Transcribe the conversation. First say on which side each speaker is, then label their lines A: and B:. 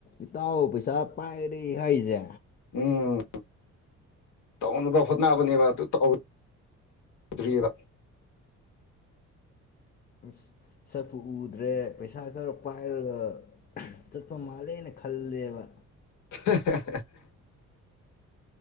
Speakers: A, on the left (about 30°); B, on the left (about 80°).
A: ꯏꯇꯥꯎ ꯄꯩꯁꯥ ꯄꯥꯏꯔꯦ ꯍꯥꯏꯁꯦ
B: ꯎꯝꯝ ꯇꯧꯅꯕ ꯍꯣꯠꯅꯕꯅꯦꯕ ꯑꯗꯨ ꯇꯧ ꯗ꯭ꯔꯕ
A: ꯑ ꯁꯛꯄꯨ ꯎꯗ꯭ꯔꯦ ꯄꯩꯁꯥ ꯈꯔ ꯄꯥꯏꯔꯒ ꯆꯠꯄ ꯃꯥꯜꯂꯦꯅ ꯈꯜꯂꯦꯕ
B: <unintelligible>